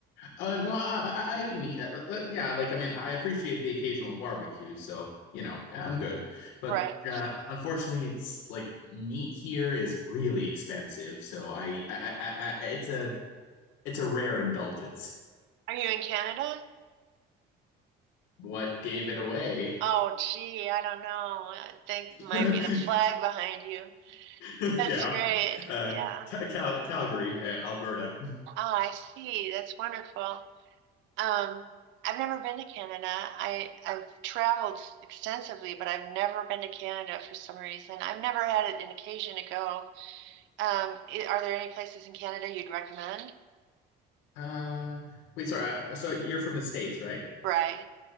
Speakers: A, on the left; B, on the right.
A: Uh, no, I, I, I mean, uh, uh, yeah, like, I mean, I appreciate the occasional barbecue, so, you know, yeah, I'm good. But
B: right?
A: uh, unfortunately, it's like meat here is really expensive, so I, I, I, I it's a, it's a rare indulgence.
B: Are you in Canada?
A: What gave it away?
B: Oh, gee, I don't know. I think might
A: <laughs>
B: be the flag behind you.
A: Yeah,
B: That's great.
A: uh,
B: Yeah.
A: Cal Calgary, uh, Alberta. <laughs>
B: Oh, I see. That's wonderful. Um, I've never been to Canada. I I've traveled extensively, but I've never been to Canada for some reason. I've never had an occasion to go. Um, i- are there any places in Canada you'd recommend?
A: Uh, wait, sorry. uh, So you're from the States, right?
B: Right.